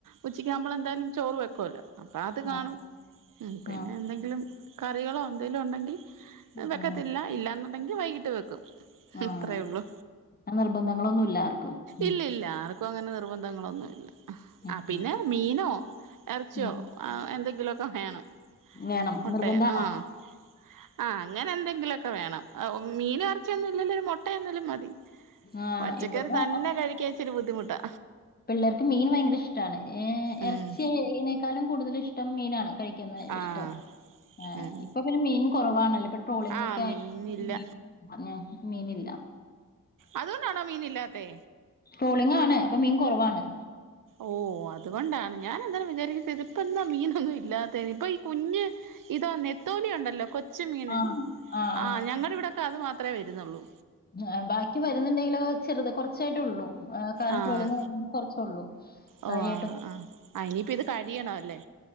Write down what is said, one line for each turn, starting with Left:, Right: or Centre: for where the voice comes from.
Right: ഉച്ചക്ക് നമ്മൾ എന്തായാലും ചോറ് വെ കൊല്ലം പ്പ അത് കാണും
Left: ആഹ്
Right: പിന്നെ
Left: ആഹ്
Right: എന്തെങ്കിലും കറികളോ എന്തെലും ഒണ്ടെങ്കിൽ
Left: ആഹ്
Right: വെക്കത്തില്ല ഇല്ലാന്ന് <unintelligible> വൈകിട്ട് വെക്കും
Left: ആഹ്
Right: ഇത്രേ ഉള്ളൂ
Left: നിർബന്ധങ്ങളൊന്നുല്ല ആർക്കും ഉം
Right: ഇല്ല ഇല്ല ആർക്കും അങ്ങനെ നിർബന്ധങ്ങളൊന്നുല്ല
Left: ഉം
Right: ആ പിന്നെ
Left: ഉം
Right: മീനോ എറച്ചിയോ
Left: ഉം
Right: അ എന്തെ <unintelligible> ലൊക്കെ വേണം
Left: വേണം
Right: മുട്ടയാ
Left: നിർബന്ധാണോ
Right: ആഹ് ആഹ് അങ്ങനെ എന്തെങ്കിലൊ വേണം ഓ മീനാറച്ചിയൊന്നും ഇല്ലേലും ഒരു മുട്ട എന്നാലും മതി
Left: അഹ്
Right: പച്ചക്കറി
Left: ഇവടെ
Right: തന്നെ കഴിക്കാൻ ഇച്ചിരി ബുദ്ധിമുട്ടാ.
Left: പിള്ളേർക്ക് മീൻ ഭയങ്കര ഇഷ്ടാണ് ഏ
Right: ഉം
Left: എറച്ചിയനേക്കാളും കൂടുതൽ ഇഷ്ടം മീനാണ് കഴിക്കുന്നെ
Right: ആഹ്
Left: ഇഷ്ടം ഏഹ്
Right: ഉം
Left: ഇപ്പ പിന്നെ മീൻ കൊറവാണല്ലോ ഇപ് ട്രോളിംക്കെ
Right: ആഹ്
Left: ആയി
Right: മീനില്ല
Left: ഞ് ഞ്ഞേ മീനില്ല
Right: അതുകൊണ്ടാണോ മീന് ഇില്ലാത്തെ
Left: ട്രോളിങ്ങാണ് അപ്പൊ മീൻ കുറവാണ്
Right: ഓ അതുകൊണ്ടാണ് ഞാൻ എന്താ വിചാരിക്കുന്നത് ഇതിപ്പന്താ മീനൊന്നും ഇല്ലാത്ത ഇപ്പൊ ഈ കുഞ്ഞ് ഇതോ നെത്തോലിയ ഉണ്ടല്ലോ കൊ കൊച്ച് മീന്
Left: ആഹ്. ആഹ്
Right: ആ ഞങ്ങൾ ഇവിടെ അത് മാത്ര വരുന്നുള്ളൂ
Left: ആ ബാക്കി വരുന്നുണ്ടെങ്കിലോ ചെറുത് കുറച്ചായിട്ടേ ഉള്ളൂ എ കാരണം
Right: ആഹ്
Left: ട്രോളിങ് കുറച്ചൊള്ളൂ
Right: ഓഹ്
Left: കാരിയായിട്ട്
Right: ആഹ് ആഹ് ഇനിയിപ്പ ഇത് കഴിയണം അല്ലേ